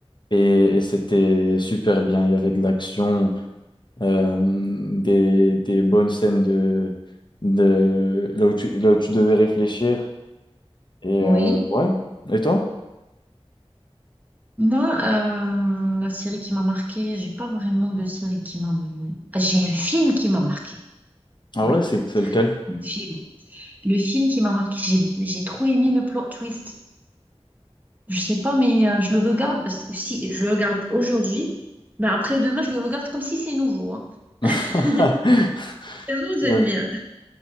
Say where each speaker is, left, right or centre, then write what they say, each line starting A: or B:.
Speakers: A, on the left (about 45°); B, on the right (about 15°).
A: et, et c'était super bien. Il y avait de l'action, euh, des, des bonnes scènes de, de là où tu, là où tu devais réfléchir. Et
B: Oui.
A: euh, ouais. Et toi?
B: Moi, euh, la série qui m'a marquée, j'ai pas vraiment de série qui m'a... Ah, J'ai un film qui m'a marqué.
A: Ah
B: Oui,
A: ouais, c'est c'est lequel?
B: un film. Le film qui m'a marqué, j'ai j'ai trop aimé le plot twist. Je sais pas, mais euh, je le regarde, si je le regarde aujourd'hui, mais après demain, je le regarde comme si c'est nouveau. hein.
A: <laughs>
B: <laughs> Tellement j'aime
A: Ouais.
B: bien.